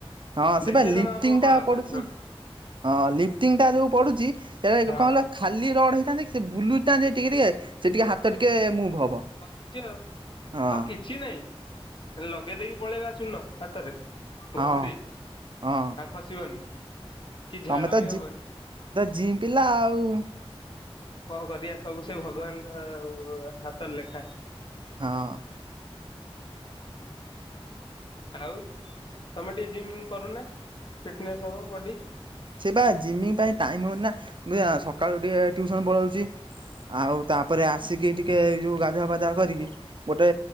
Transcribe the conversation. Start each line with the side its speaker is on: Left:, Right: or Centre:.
Right: ହଁ
Left: ଦେଖେଇଦବା
Right: ସେ ବା ଲିଫଟିଙ୍ଗ
Left: ଆମ ବଳ
Right: ଟା ପଡୁଛି।
Left: ଏଥରକ
Right: ହଁ ଲିଫ୍ଟିଙ୍ଗ ଟା ଯୋଉ ପଡ଼ୁଚି ହେରା କଣ
Left: ହଁ
Right: କହିଲ। ଖାଲି ରଡ ହେଇଥାନ୍ତି ସେ ବୁଲୁଥାନ୍ତି ଟିକେ ଟିକେ। ସେ ଟିକେ ହାତ
Left: ହଁ।
Right: ଟିକେ ମୁଭ୍ ହବ
Left: ଖସୁଛି ଆଉ
Right: ହଁ।
Left: କିଛି ନାଇଁ ଲଗେଇ ଦେଇକି ପଳେଇବା ଚୁନ ହାତରେଲ।
Right: ହଁ
Left: ଘଷି ଦେଇ
Right: ହଁ
Left: ଆଉ ଖସିବନି। କି ଝାଳ
Right: ତମେ ତ
Left: ବି ହବନି।
Right: ଜିଇଁ ପିଲା ଆଉ।
Left: କଣ କରିବା ସବୁ ସେ ଭଗବାନଙ୍କ ହାତର ଲେଖା।
Right: ହଁ।
Left: ଆଉ ତମେ ଟିକେ ଜିମ୍ କରୁନା ଫିଟନେସ୍ ହବ ବଡ଼ି।
Right: ସେଇ ବା ଜିମି ପାଇଁ ଟାଇମ ହଉନି ନା ବୁଝିଲ ନା ସକାଳୁ ଉଠି ଟିଉସନ ପଳଉଚି। ଆଉ ତାପରେ ଆସିକି ଟିକେ ଏଇ ଯୋଉ ଗାଧୁଆ ପାଧୁଆ କରିକି। ଗୋଟେ